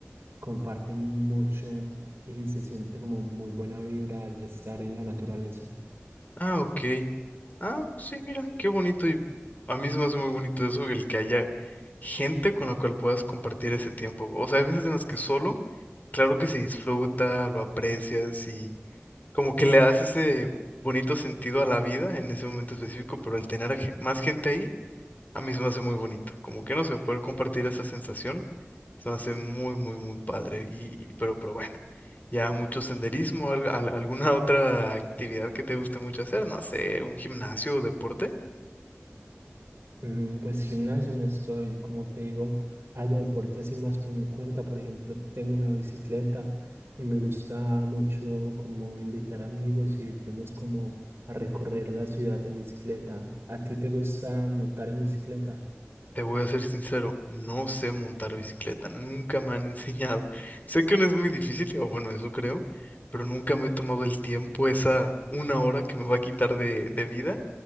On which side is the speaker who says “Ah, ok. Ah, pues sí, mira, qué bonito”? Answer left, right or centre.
Left